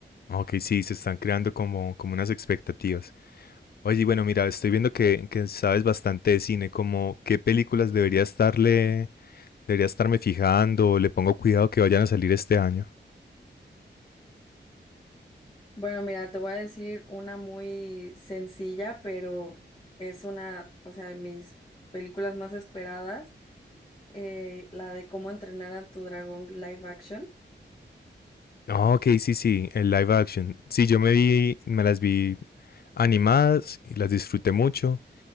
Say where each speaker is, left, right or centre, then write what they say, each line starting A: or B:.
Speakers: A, on the left (about 55°); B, on the left (about 25°).
A: Ok, sí, se están creando como, como unas expectativas. Oye, bueno, mira, estoy viendo que, que sabes bastante de cine, como qué películas debería estarle, debería estarme fijando, o le pongo cuidado que vayan a salir este año.
B: Bueno, mira, te voy a decir una muy sencilla, pero es una, o sea, de mis películas más esperadas, eh, la de Cómo entrenar a tu dragón live action.
A: Ok, sí, sí, el live action. Sí, yo me vi, me las vi animadas y las disfruté mucho.